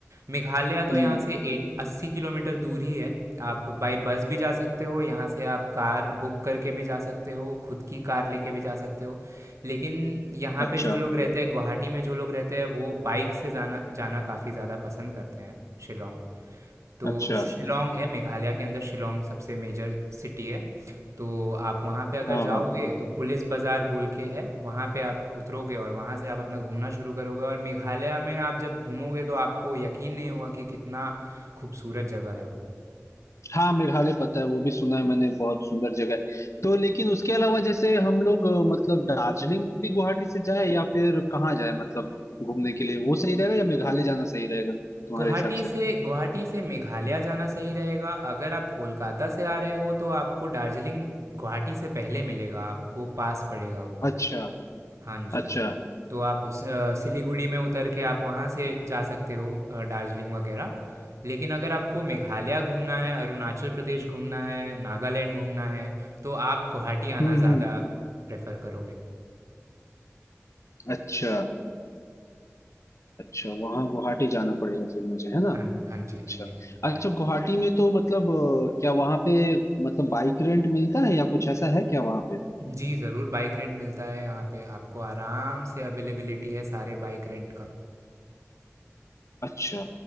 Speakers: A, on the right (about 70°); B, on the left (about 65°).
A: मेघालय तो
B: हम्म,
A: यहाँ से ए- अस्सी किलोमीटर दूर ही है आप बाई बस भी जा सकते हो यहाँ से आप कार बुक करके भी जा सकते हो खुद की कार लेके भी जा सकते हो लेकिन यहाँ
B: अच्छा
A: पे जो लोग रहते हैं गुवाहाटी में जो लोग रहते हैं वो बाइक से जाना जाना काफ़ी ज़्यादा पसंद करते हैं शिलोंग तो
B: अच्छा
A: शिलोंग है मेघालय के अंदर शिलोंग सबसे मेजर सिटी है तो आप वहाँ पे अगर
B: हाँ
A: जाओगे
B: हाँ
A: तो पुलिस बाज़ार बोल के है वहाँ पे आप उतरोगे और वहाँ से आप अपना घूमना शुरू करोगे और मेघालय में आप जब घूमोगे तो आपको यकीन नहीं होगा कि कितना खूबसूरत जगह है वो
B: हाँ मेघालय पता है वो भी सुना है मैंने बहुत सुंदर जगह है तो लेकिन उसके अलावा जैसे हम लोग अ, मतलब दार्जिलिंग भी गुवाहाटी से जाए या फिर कहाँ जाए मतलब घूमने के लिए वो सही रहेगा या मेघालय जाना सही रहेगा तुम्हारे
A: गुवाहाटी
B: हिसाब
A: से
B: से
A: गुवाहाटी से मेघालय जाना सही रहेगा अगर आप कोलकाता से आ रहे हो तो आपको दार्जिलिंग गुवाहाटी से पहले मिलेगा आपको पास पड़ेगा वो
B: अच्छा
A: हाँ जी
B: अच्छा
A: तो आप स- अ, सिलीगुड़ी में उतर के आप वहाँ से जा सकते हो अ, दार्जिलिंग वगैरह लेकिन अगर आपको मेघालय घूमना है अरुणाचल प्रदेश घूमना है नागालैंड घूमना है तो आप गुवाहाटी आना
B: हम्म
A: ज़्यादा
B: हम्म
A: प्रेफर करोगे
B: अच्छा अच्छा वहाँ गुवाहाटी जाना पड़ेगा फिर मुझे है ना
A: हाँ हाँ जी
B: अच्छा
A: हाँ जी हाँ जी
B: अच्छा गुवाहाटी में तो मतलब अ, क्या वहाँ पे मतलब बाइक रेंट मिलता है या कुछ ऐसा है क्या वहाँ पे
A: जी ज़रूर बाइक रेंट मिलता है यहाँ पे आपको आराम से अवेलेबिलिटी है सारे बाइक रेंट का
B: अच्छा